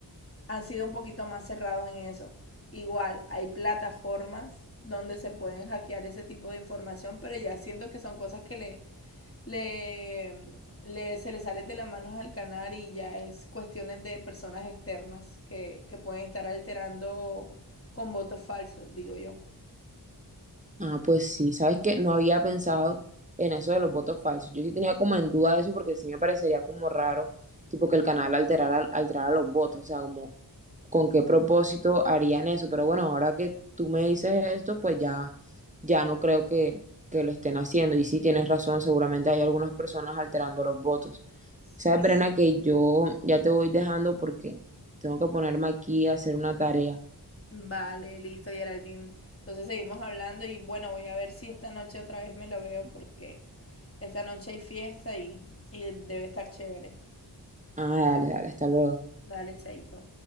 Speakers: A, on the left; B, on the right.
A: han sido un poquito más cerrados en eso. Igual, hay plataformas donde se pueden hackear ese tipo de información, pero ya siento que son cosas que le le, le, se le sale de las manos al canal y ya es cuestiones de personas externas que, que pueden estar alterando con votos falsos, digo yo.
B: Ah, pues sí, sabes que no había pensado en eso de los votos falsos. Yo sí tenía como en duda eso porque sí me parecería como raro, tipo que el canal alterara, alterara los votos, o sea, como con qué propósito harían eso. Pero bueno, ahora que tú me dices esto, pues ya, ya no creo que, que lo estén haciendo. Y sí tienes razón, seguramente hay algunas personas alterando los votos.
A: Sí.
B: Sabes, Brena, que yo ya te voy dejando porque tengo que ponerme aquí a hacer una tarea.
A: Vale, listo, Geraldine. Entonces seguimos hablando y bueno, voy a ver si esta noche otra vez me lo veo porque esta noche hay fiesta y, y debe estar chévere.
B: Ah, dale, dale, hasta luego.
A: Dale, Chaito.